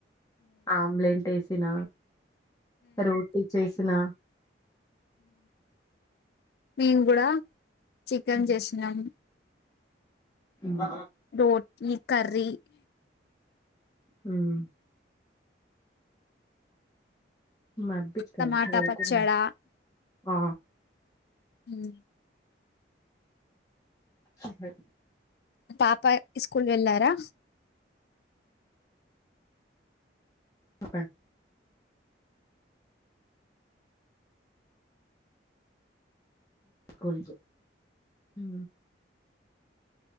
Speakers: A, on the left; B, on the left.
A: ఆమ్లేంటేస్ తిన రోటీ చేసిన
B: మేము కూడా చికెన్
A: హ్మ్,
B: చేసినాం
A: హ్మ్
B: రోటీ కర్రీ
A: హ్మ్ మాబిచ్చకర్
B: టమాటా
A: <unintelligible>
B: పచ్చడా
A: ఆ
B: హ్మ్
A: చెప్పండి
B: తాప్ పయ్ స్కూల్ వెళ్ళారా
A: ఓప్పం కొల్గు హు